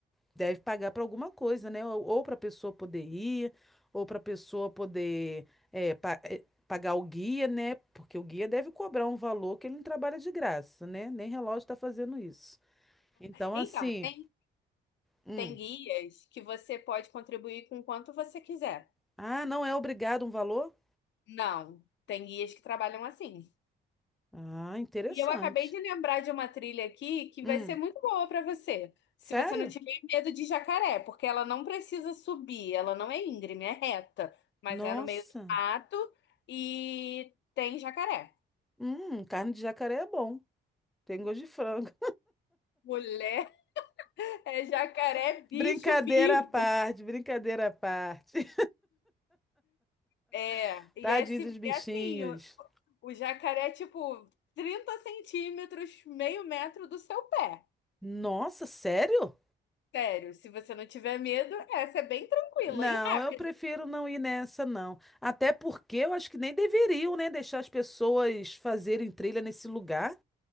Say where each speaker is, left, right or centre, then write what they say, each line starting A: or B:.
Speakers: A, in the centre; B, on the left.
A: Deve pagar para alguma coisa, né? Ou, ou para a pessoa poder ir, ou para a pessoa poder é, pa- é, pagar o guia, né? Porque o guia deve cobrar um valor que ele não trabalha de graça, né? Nem relógio está fazendo isso. Então,
B: Então,
A: assim,
B: tem,
A: hum.
B: tem guias que você pode contribuir com quanto você quiser.
A: Ah, não é obrigado um valor?
B: Não, tem guias que trabalham assim.
A: Ah, interessante.
B: E eu acabei de lembrar de uma trilha aqui que
A: Hum,
B: vai ser muito boa para você, se
A: sério?
B: você não tiver medo de jacaré, porque ela não precisa subir, ela não é íngreme, é reta, mas
A: Nossa.
B: é no meio do mato e tem jacaré.
A: Hum, carne de jacaré é bom. Tem gosto de frango.
B: Mulher <laughs> é jacaré
A: <laughs>
B: bicho
A: Brincadeira
B: vivo.
A: à parte, brincadeira à parte.
B: É,
A: <laughs>
B: e
A: Tadinho
B: é, assim,
A: dos bichinhos.
B: é assim, o, o jacaré é tipo 30 centímetros, meio metro do seu pé.
A: Nossa, sério?
B: Sério, se você não tiver medo, essa é bem tranquila
A: Não,
B: e rápida.
A: eu prefiro não ir nessa, não. Até porque eu acho que nem deveriam, né, deixar as pessoas fazerem trilha nesse lugar